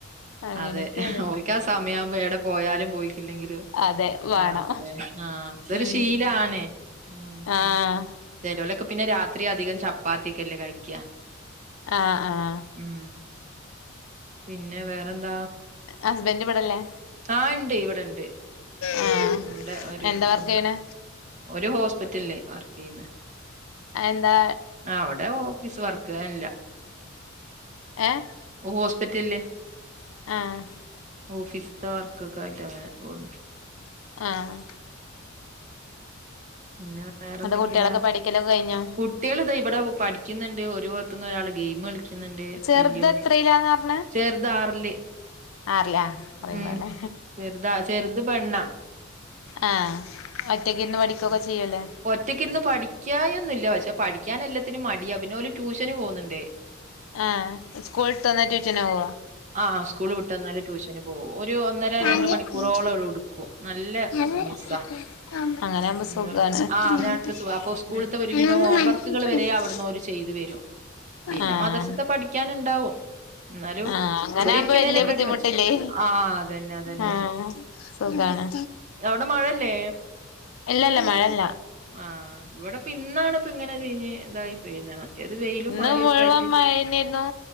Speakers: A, on the left; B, on the right.
A: അങ്ങനെയൊക്കെയാണ്
B: അതെ ഓരിക്കാ സമയാവുമ്പോ എവിടെ പോയാലും പോയി ല്ലെങ്കിലും
A: അതെ വേണം
B: ആണ് അതെ ആഹ് അതൊരു
A: ഉം
B: ശീലാണ്. ഉം
A: ആഹ്
B: ചെലോലക്കെ പിന്നെ രാത്രി അധികം ചപ്പാത്തിയക്കെല്ലേ കഴിക്കാ
A: അഹ് ആഹ്
B: ഉം പിന്നെ വേറെന്താ?
A: ഹസ്ബന്റ് ഇവിടെല്ലേ?
B: ആഹ് എണ്ട് ഇവിടെണ്ട്
A: ആഹ്
B: പിന്നെ ഇവിടെ ഒരു
A: എന്താ വർക്ക്
B: ഇം
A: ചെയ്യണെ
B: ഒരു ഹോസ്പിറ്റലില് വർക്ക് ചെയ്യുന്നെ
A: എന്താ
B: ആഹ് അവിടെ ഓ ഫീസ് വർക്ക് അല്ല.
A: ഏഹ്
B: ഹോസ്പിറ്റലില്
A: ആഹ്
B: ഓഫീസ്ത്ത വർക്കക്കെ ആയിട്ട് അങ്ങനെ പോകുന്ന്.
A: ആഹ്
B: പിന്നെ വേറെന്തൊക്കെയാ?
A: എന്നിട്ട് കുട്ടികളൊക്കെ പഠിക്കലൊക്കെ കഴിഞ്ഞോ
B: കുട്ട്യാള് ദേ ഇവിടെ പഠിക്കുന്നുണ്ട് ഒരുപൊറത്ത്ന്ന് ഒരാള് ഗെയിമ് കളി ക്കുന്നെണ്ട്
A: ചെറുത്
B: വല്യവൻ
A: എത്രയിലാന്ന് പറഞ്ഞെ
B: ചെറുത് ആറില്.
A: ആറിലാ പറയുമ്പോലെ
B: ഉം ചെറുതാ ചെറുത് പെണ്ണാ
A: ആഹ് ഒറ്റയ്ക്ക് ഇരുന്ന് പഠിക്കുവാക്കെ ചെയ്യുവല്ലോ
B: ഒറ്റക്ക് ഇരുന്ന് പഠിക്കായിയ്ക ഒന്നും ഇല്ല പക്ഷെ പഠിക്കാൻ എല്ലാത്തിനും മടിയ പിന്നെ ഓല് ട്യൂഷന് പോകുന്നെണ്ട്.
A: ആഹ് സ്കൂൾ വിട്ട് വന്ന ട്യൂഷന് പോകോ
B: ആഹ് സ്കൂൾ വിട്ട് വന്നാല് ട്യൂഷന് പോവും. ഒരു ഒന്നര
A: നാല്
B: രണ്ട് മണിക്കൂറോളം
A: അഞ്ച്
B: അവളെടുക്കും. നല്ല
A: ആറ് ഏഴ്
B: മിസ്സാ
A: എട്ട് ഒമ്പത്
B: <unintelligible>
A: പത്ത്
B: ആഹ് <unintelligible> അപ്പൊ സ്കൂളിത്ത ഒരുവിധം
A: പതിനൊന്ന്
B: ഹോം
A: പന്ത്രണ്ട്
B: വർക്കുകൾ
A: പതിമൂന്ന് പതിനാല് പതിനഞ്ച്
B: വരെ അവിടുന്ന് ഓര് ചെയ്ത് വ രും പിന്നെ
A: ആഹ്
B: മദ്രസത്തെ പഠിക്കാനിണ്ടാവും. എന്നാലും,
A: ആഹ് അങ്ങനാവുമ്പോ
B: ഇവിടെ ഇരിക്കുന്നെന്നേക്കാട്ടിം
A: വല്യ ബുദ്ധിമുട്ടില്ലേ
B: മെച്ച ആ അതന്നെ അതന്നെ
A: ആഹ് സുഖാണ്
B: അവിടെ മഴല്ലേ
A: ഇല്ലല്ല മഴല്ല
B: ആഹ് ഇവിടെപ്പ ന്നാണ് ഇപ്പ ഇങ്ങനെ ഒര് തായിപ്പോയ് മറ്റേത് വെയിലും
A: ഇന്ന്
B: മഴയൊക്കെ
A: മുഴുവൻ
B: ആയിട്ട്
A: മഴന്നേരുന്നു